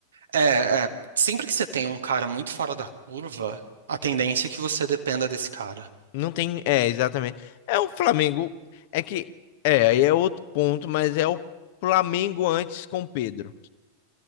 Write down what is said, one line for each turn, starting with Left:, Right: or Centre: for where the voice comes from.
Right: É, é, sempre que você tem um cara muito fora da curva, a tendência é que você dependa desse cara.
Left: Não tem. É, exatamente. É o Flamengo. É que. É, aí é outro ponto, mas é o Flamengo antes com o Pedro.